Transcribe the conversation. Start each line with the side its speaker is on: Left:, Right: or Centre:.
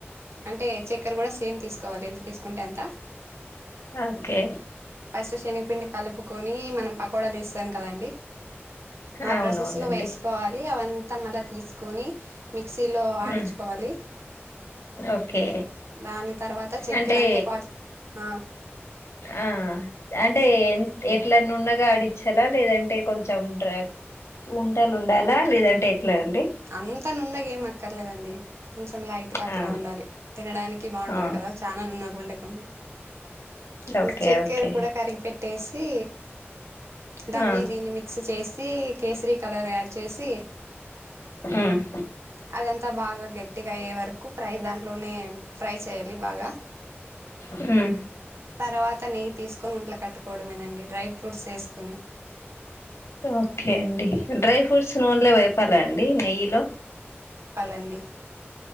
Right: అంటే చక్కర కూడా సేమ్ తీసుకోవాలి ఎంత తీసుకుంటే అంత
Left: ఓకే
Right: ఫస్ట్ శనగపిండి కలుపుకొని మనం పకోడాలు వేస్తాం కదండి ఆ
Left: అవునవునండి
Right: ప్రాసెస్ లో వేసుకోవాలి అవంతా మళ్ళా తీసుకొని మిక్సీలో ఆడిచుకోవాలి
Left: ఉమ్, ఓకే
Right: దాని తర్వాత చక్కెర
Left: అంటే
Right: అంతే కావ్ ఆ
Left: ఆ అంటే ఎ ఎట్లా నున్నగా ఆడించాలా లేదంటే కొంచెం డ్రా ఉంటాల ఉండాలా లేదంటే ఎట్లా అండి
Right: అంత నుండగా ఏం అకర్ లేదండి కొంచెం లైట్ గా అట్లా
Left: ఆ
Right: ఉండాలి తినడానికి బాగుంటంది
Left: ఆ
Right: కదా ఛాన నుండగా ఉంటే ఉ ఇంకా
Left: ఓకే
Right: చెక్కర
Left: ఓకే
Right: కూడా కరిగి పెట్ ట్టేసి దాని
Left: ఆ
Right: దీని మిక్స్ చేసి కేసరి కలర్ యాడ్ చేసి
Left: ఉమ్
Right: అదంతా బాగా గట్టిగా అయ్యే వరకు ప్రై దాంట్లోనే ఫ్రై చేయాలి బాగా
Left: ఉం
Right: తర్వాత నెయ్యి తీసుకొని ఉండలు కట్టుకోవడమేనండి డ్రై ఫ్రూట్స్ వేసుకొని
Left: ఓకే అండి డ్రై ఫ్రూట్స్ నూనేలే వేపాలా అండి నెయ్యిలో
Right: లండి